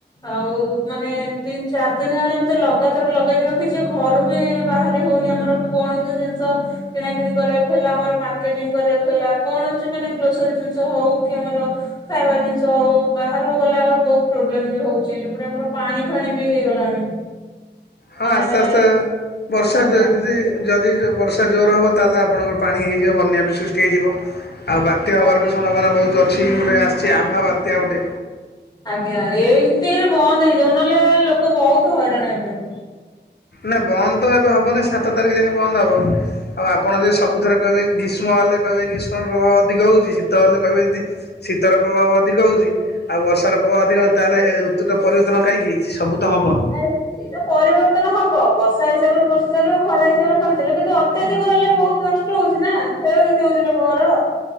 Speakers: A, on the left (about 20°); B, on the left (about 60°).
A: ଆଉ ମାନେ ତିନି ଚାରି ଦିନ ହେଲାଣି ଏମିତି ଲଗାତାର ଲଗା ଦେଇକି ଟିକେ ଘରୁ ବି ବାହାରି ହଉନି ଆମର କୌଣସି ଜିନିଷ କିଣା କିିଣି କରିବାକୁ ହେଲା ଆମର ମାର୍କେଟିଂ କରିବାକୁ ହେଲା କୌଣସି ମାନେ ଗ୍ରୋସରୀ ଜିନିଷ ହଉ କି ଆମର ଖାଇବା ଜିନିଷ ହଉ ବାହାରକୁ ଗଲା ବେଳକୁ ବହୁତ ପ୍ରୋବ୍ଲେମ ବି ହଉଛି ଗଟେ ଆମର ପାଣି ଫାଣି ବି ହେଇଗଲାଣି।
B: ହଁ
A: ମାନେ
B: ଆସ୍ତେ ଆସ୍ତେ ବର୍ଷା
A: ଆଜ୍ଞା
B: ଯଦି ଯଦି। ବର୍ଷା ଜୋର ହେବ ତାହେଲେ ଆପଣଙ୍କର ପାଣି ହେଇଯିବ ବନ୍ୟା ବି ସୃଷ୍ଟି ହେଇଯିବ ଆଉ ବାତ୍ୟା ହେବାର
A: ଆଜ୍ଞା
B: ବି ସମ୍ଭାବନା ବହୁତ‌। ଅଛି ଗୋଟେ ଆସିଛି ଆଭା ବାତ୍ୟା ଗୋଟେ।
A: ଆଜ୍ଞା ଏଇତିକିରେ ବନ୍ଦ ହେଇଯାଉ ନହେଲେ ଲୋକ ବହୁତ ହଇରାଣ ହେବେ।
B: ନାଇ ବନ୍ଦ ତ ଏବେ ହବନି ସାତ ତାରିଖ ଯାକେ ବନ୍ଦ ହବ ଆଉ ଆପଣ ଯଦି
A: ଆଜ୍ଞା
B: ସବୁଥିରେ କହିବେ‌। ଗ୍ରୀଷ୍ମ ହେଲେ କହିବେ ଗ୍ରୀଷ୍ମର ପ୍ରଭାବ ଅଧିକ ହଉଛି ଶୀତ ହେଲେ କହିବେ
A: ଆଜ୍ଞା।
B: ଯଦି ଶୀତର। ପ୍ରଭାବ ଅଧିକ ହଉଛି ଆଉ ବର୍ଷାର ପ୍ରଭାବ ଅଧିକ ହଉଛି ତାହେଲେ ଏ ଋତୁରେ ପରିବର୍ତ୍ତନ କାହିଁକି ହେଇଛି ସବୁ ତ ହବ।
A: ଏଇଟା ପରିବର୍ତ୍ତନ ହବ ବର୍ଷା ହିସାବରେ ବର୍ଷା ଚାଲିବ ଖରା ହିସାବରେ ଖରା। କିନ୍ତୁ ଅତ୍ୟଧିକ ହେଲେ ବହୁତ ନଷ୍ଟ ହଉଛି ନା କ୍ଷୟକ୍ଷତି ହଉଛି ଲୋକଙ୍କର।